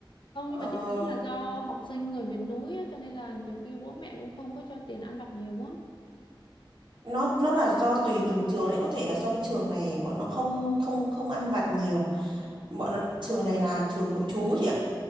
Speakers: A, on the left (about 65°); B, on the right (about 70°).
A: không
B: ờ,
A: nhưng mà chị nghĩ là do học sinh người miền núi á, cho nên là nhiều khi bố mẹ cũng không có cho tiền ăn vặt nhiều quá,
B: nó nó là do tùy từng trường đấy có thể là do cái trường này bọn nó không không không ăn vặt nhiều bọn nó, trường này là trường nội trú chị ạ